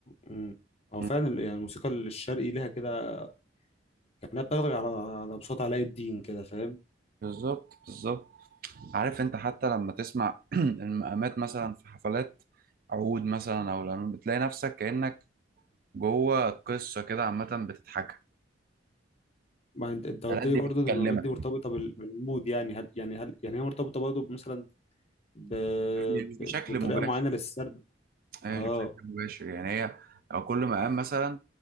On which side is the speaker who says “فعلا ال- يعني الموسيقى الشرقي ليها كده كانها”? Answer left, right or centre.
Left